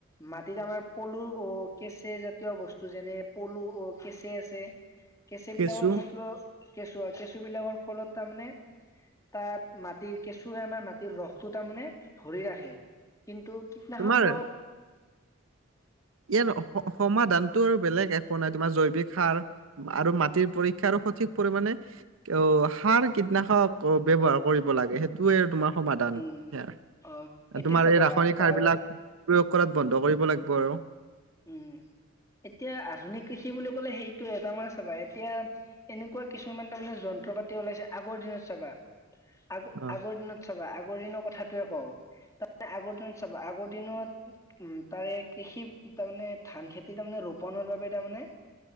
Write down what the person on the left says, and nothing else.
মাটিত আমাৰ পলু অ কেঁচে জাতীয় বস্তু যেনে পলু অ কেচে আছে
কেঁচে
বিলাকৰ ফটলৌ কেঁচুৱা কেঁচু বিলাকৰ ফলত তাৰমানে তাত মাটিৰ কেঁচুৱে আমাৰ মাটি ৰসটো তাৰমানে ধৰি ৰাখে কিন্তু কীটনাশক
দৰৱ
উম
অ এতিয়া
চাবা
তাৰ
উম এতিয়া আধুনিক কৃষি বুলি কলে সেইটোয়ে তাৰ মানে চাবা এতিয়া এনেকুৱা কিছুমান তাৰমানে যন্ত্ৰ পাতি ওলাইছে আগৰ দিনত চাবা আগ
আগৰ দিনত চাবা আগৰ দিনৰ কথাটোৱেয়ে কওঁ তাৰ মানে আগৰ দিনত চাবা আগৰ দিনত উম তাৰে কৃষি তাৰ মানে ধান খেতি তাৰমানে ৰোপনৰ বাবে তাৰমানে